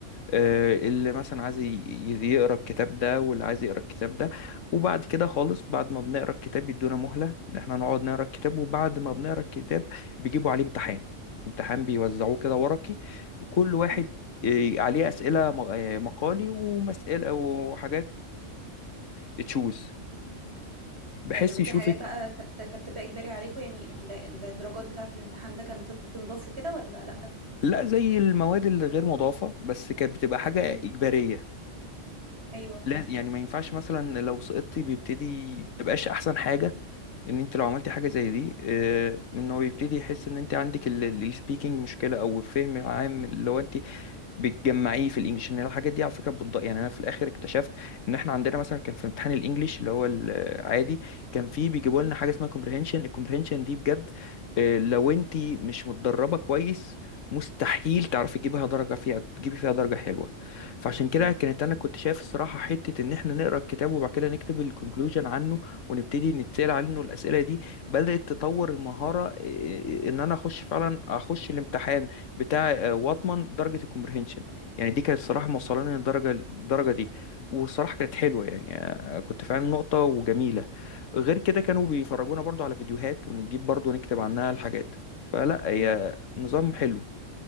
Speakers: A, on the left; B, on the right.
A: آه، اللي مثلا عايز ي- ي- يقرا الكتاب ده واللي عايز يقرا الكتاب ده وبعد كده خالص بعد ما بنقرا الكتاب يدونا مهلة ان احنا نقعد نقرا الكتاب وبعد ما بنقرا الكتاب بيجيبوا عليه امتحان امتحان بيوزعوه كده ورقي كل واحد
B: مم.
A: آه، عليه أسئلة م- آه، مقالي ومسألة وحاجات تشوز بحيث
B: آه، ودي
A: يشوفك
B: حاجات بقى كانت كانت بتبقى اجباري عليكم يعني ال- الدرجات بتاعة الامتحان ده كانت بتنضاف كده ولا لا
A: لا زي المواد الغير مضافة بس كانت بتبقى حاجة
B: مم.
A: إجبارية
B: ايوه فاهم
A: لا يعني ما ينفعش مثلا لو سقطتي بيبتدي تبقاش احسن حاجة ان انت لو عملتي حاجه زي دي آه، ان هو يبتدي يحس ان انت عندك السبيكنج مشكله او الفهم العام اللي هو انت بتجمعيه في الانجليش ان الحاجات دي على فكره بتض... يعني انا في الاخر اكتشفت ان احنا عندنا مثلا كان في امتحان الانجليش اللي هو العادي كان فيه بيجيبوا
B: مم.
A: لنا حاجه اسمها كومبريهنشن الكومبريهنشن دي بجد آه، لو انت مش متدربه كويس مستحيل تعرفي تجيبها درجه فيها تجيبي فيها درجه حلوه فعشان كده
B: مم.
A: كانت انا كنت شايف الصراحه حته ان احنا نقرا الكتاب وبعد كده نكتب الكونكلوجن عنه ونبتدي نتسأل عنه الأسئلة دي بدأت تطور المهارة إيه، إن أنا أخش فعلا أخش الامتحان بتاع آه، وأضمن درجة الكومبريهنشن يعني دي كانت الصراحة موصلاني للدرجة الدرجة دي والصراحة كانت حلوة يعني آه، كنت فعلا نقطة وجميلة غير كده كانوا بيفرجونا
B: مم.
A: برضو على فيديوهات ونجيب برضو نكتب عنها الحاجات فلا هي
B: مم.
A: نظام حلو